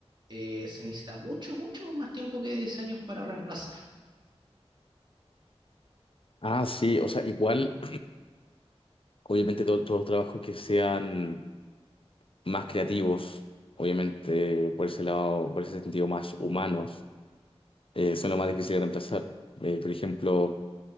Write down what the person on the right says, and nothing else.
eh, se necesita mucho, mucho más tiempo que diez años para reemplazar.